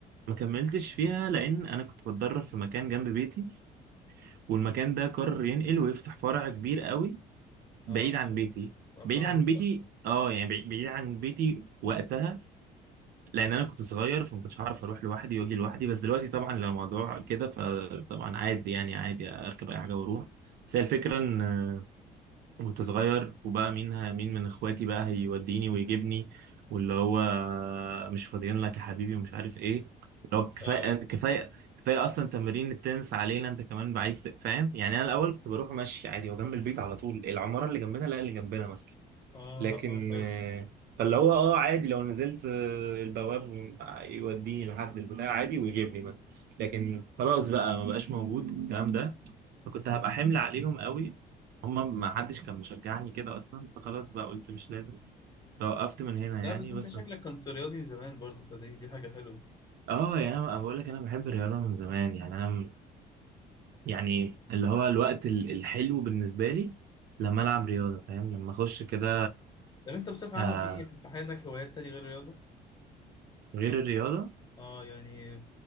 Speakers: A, on the right (about 65°); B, on the left (about 25°).
A: ما كملتش فيها لان انا كنت بتدرب في مكان جنب بيتي والمكان ده قرر ينقل ويفتح فرع كبير قوي بعيد
B: اه
A: عن بيتي بعيد
B: خلاص
A: عن بيتي
B: بقى
A: اه يعني بعيد بعيد عن بيتي وقتها لان انا كنت صغير فما كنتش هعرف اروح لوحدي واجي لوحدي بس دلوقتي طبعا لو الموضوع كده فطبعا عادي يعني عادي اركب اي حاجه واروح بس هي الفكره ان كنت صغير وبقى مين ه- مين من اخواتي بقى هيوديني ويجيبني واللي هو مش فاضيين لك يا حبيبي ومش عارف ايه اللي هو كفايه
B: اه
A: كفايه كفايه اصلا تمارين التنس علينا انت كمان عايز ت- فاهم يعني انا الاول كنت بروح ماشي عادي هو جنب البيت على طول العماره اللي جنبنا لا اللي جنبنا مثلا
B: اه
A: لكن
B: اه حلو
A: آه، فاللي هو اه عادي لو نزلت آه، البواب يوديني لحد البتاع عادي ويجيبني بس لكن خلاص بقى ما بقاش موجود الكلام ده فكنت هبقى حمل عليهم قوي هما ما حدش كان مشجعني كده اصلا فخلاص بقى قلت مش لازم فوقفت من هنا
B: لا
A: يعني
B: بس انت
A: بس
B: شكلك
A: بس-
B: كنت رياضي من زمان برضو فدي دي حاجة حلوة
A: اه يعني انا بقول لك انا بحب الرياضه من زمان يعني انا م- يعني اللي هو الوقت ال- الحلو بالنسبه لي لما العب رياضه فاهم لما اخش كده
B: طب انت بصفة
A: آه
B: عامة في في حياتك هوايات تانية غير الرياضة؟
A: غير الرياضه
B: اه يعني